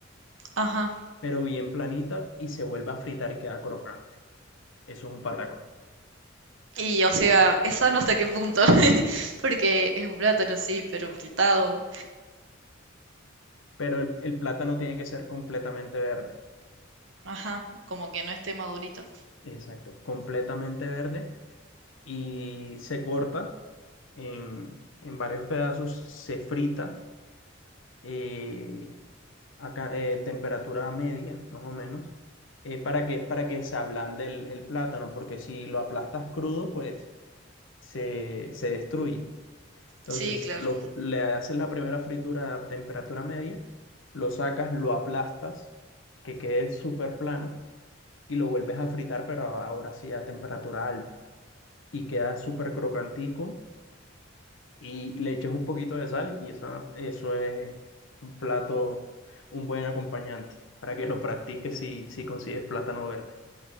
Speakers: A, on the right; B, on the left.
A: Ajá.
B: pero bien planita y se vuelve a fritar y queda crocante. Eso es un patacón.
A: Y o sea, esa no hasta qué punto, <laughs> porque es un plátano, sí, pero fritado.
B: Pero el, el plátano tiene que ser completamente verde.
A: Ajá, como que no esté madurito.
B: Exacto, completamente verde y se corta en, en varios pedazos, se frita eh, acá, eh, temperatura media, más o menos, eh, para que, para que se ablande el, el plátano, porque si lo aplastas crudo, pues se, se destruye. Entonces,
A: Sí, claro.
B: lo- le haces la primera fritura a temperatura media, lo sacas, lo aplastas, que quede súper plano, y lo vuelves a fritar, pero ahora sí a temperatura alta. Y queda súper crocantico y le echas un poquito de sal y esa, eso es un plato, un buen acompañante para que lo practiques si, si consigues plátano verde.